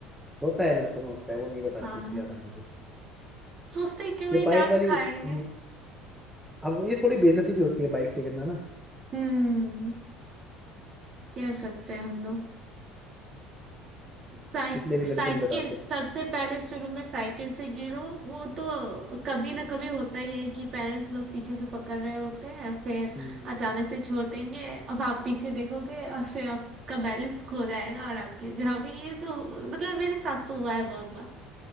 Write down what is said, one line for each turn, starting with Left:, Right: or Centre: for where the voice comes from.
Centre: होता है लड़कों में होता है वो नहीं बताती
Right: हाँ
Centre: इतनी आसानी से
Right: सोचते क्यों
Centre: ये
Right: ही
Centre: बाइक
Right: दांत
Centre: वाली
Right: खाएंगे
Centre: हम्म, अब ये थोड़ी बेइज्जती भी होती है बाइक से गिरना ना
Right: हम्म कह सकते हैं हम लोग साइक
Centre: इसलिए भी
Right: साइकिल
Centre: लड़के नहीं बताते
Right: सबसे पहले शुरू में साइकिल से गिरो वो तो कभी ना कभी होता ही है कि पेरेंट्स लोग पीछे से पकड़ रहे होते हैं फिर
Centre: हम्म,
Right: अचानक से छोड़ देंगे अब आप पीछे देखोगे और फिर आपका बैलेंस खो जाएगा और आप गिर जाओगे ये तो मतलब मेरे साथ तो हुआ है बहुत बार